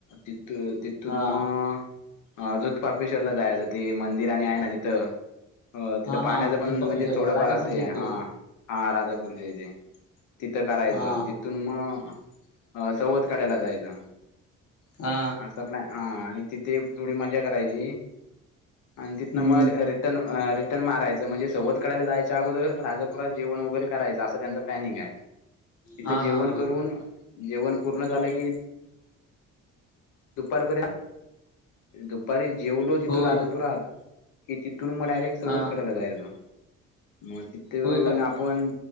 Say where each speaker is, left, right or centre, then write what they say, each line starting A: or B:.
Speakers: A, on the left; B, on the left.
A: तिथ तिथून
B: हा
A: मग ह जुधपापेश्वरला जायचं ते मंदिर आणि आहे ना तिथं तिथं
B: हा
A: पाण्याचं
B: हा
A: पण
B: दूध पापेश्वरला
A: म्हणजे थोडंफार
B: राजापूरच्या
A: असंही आहे
B: इथे
A: हा हा राधापूरच्या इथे तिथं करायचं
B: हा
A: तिथून मग चवध काढायला जायचं
B: हा
A: असा हा आणि तिथे थोडी मजा करायची आणि
B: हम्म
A: तिथनं म रि रिटर्न मारायं म्हणजे सवत कडयला जायच्यागोदर राजापुात जेवण वगैरे करायचं असं त्यांच प्लॅनिंग आहे तिथे
B: हा
A: जेवण
B: हा हा
A: करून जेवण पूर्ण झालं की दुपारपर्यंत दुपारी जेवलो तिथू
B: होय
A: राजापुरात कि तिथून मग डायरेक्ट चवत
B: हा
A: कढायला जायच मग तिथून
B: होय काय
A: आपण